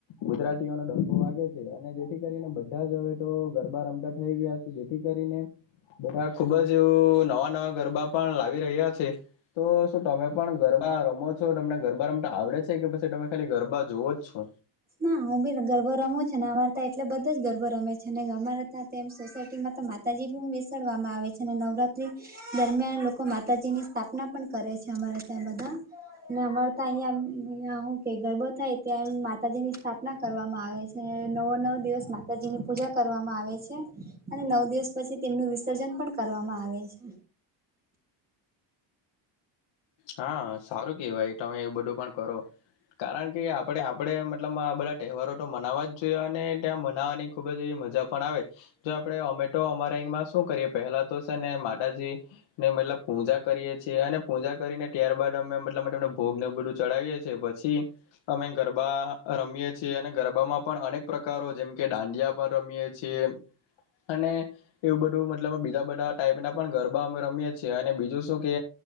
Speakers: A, on the left; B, on the right.
A: ગુજરાતીઓનો ડમ્ફો વાગે છે અને જેથી કરીને બધા જ હવે તો ગરબા રમતા થઈ ગયા છે. જેથી કરીને બધા ખુબ જ એવું નવા નવા ગરબા પણ લાવી રહ્યા છે. તો શું તમે પણ ગરબા રમો છો, તમને ગરબા રમતા આવડે છે કે પછી તમે ખાલી ગરબા જોવો જ છો?
B: ના હું બી ગરબા રમું જ ને અમાર તા એટલે બધા જ ગરબો રમે છે ને અમારે તા તેમ સોસાયટીમાં તો માતાજી બી બેસાડવામાં આવે છે અને નવરાત્રિ દરમિયાન લોકો માતાજીની સ્થાપના પણ કરે છે અમારે ત્યાં બધા. ને અમારે તા અહીંયા હું કે ગરબો થાય ત્યાં એમ માતાજીની સ્થાપના કરવામાં આવે છે, નવો નવ દિવસ માતાજીની પૂજા કરવામાં આવે છે. અને નવ પછી તેમનું વિસર્જન પણ કરવામાં આવે છે.
A: હા સારું કેવાય તમે એ બધું પણ કરો. કારણ કે આપણે આપણે મતલબ આ બધા તહેવારો તો મનાવવા જ જોઈએ અને ત્યાં મનાવવાની ખૂબ જ એવી મજા પણ આવે. જો આપડે ઓમેટો અમારામાં શું કરીએ પેહલા તો છે ને માતાજી ને મતલબ પૂજા કરીએ છીએ અને પૂજા કરીને ત્યારબાદ અમે મતલબને ભોગ ન બધું ચડાવીએ છીએ પછી અમે ગરબા રમીએ છીએ અને ગરબામાં પણ અનેક પ્રકારો જેમ કે દાંડિયા પણ રમીએે જે અને એવું બધું મતલબ બીજા બધા ટાઈપ ના પણ ગરબા અમે રમીએ છીએ અને બીજું શું કે